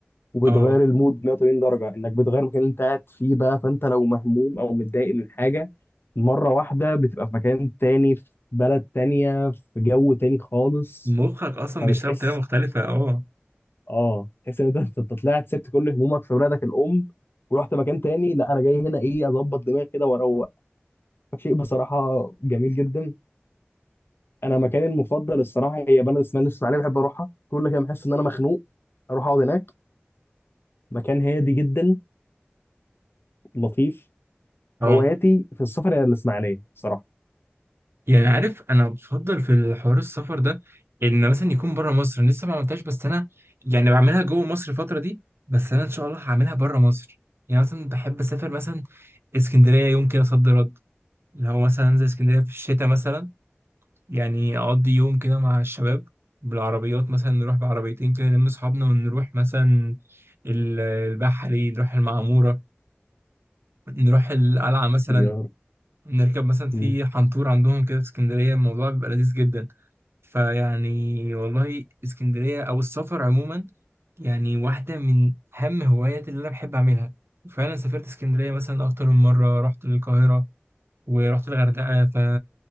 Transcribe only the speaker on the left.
وبتغير
المود 180 درجه انك بتغير المكان اللي انت قاعد فيه بقى فانت لو مهموم او متضايق من حاجه مره واحده بتبقى في مكان تاني في بلد تانية في جو تاني خالص
فبتحس
اه تحس ان انت انت طلعت سبت كل همومك في بلادك الام ورحت مكان تاني لا انا جاي هنا ايه اظبط دماغي كده واروق شيء بصراحه جميل جدا انا مكاني المفضل الصراحه هي بلد اسمها الاسماعيليه بحب اروحها كل كده بحس ان انا مخنوق اروح اقعد هناك مكان هادي جدا لطيف
هواياتي في السفر هي الاسماعيليه صراحه
اختيار
مم.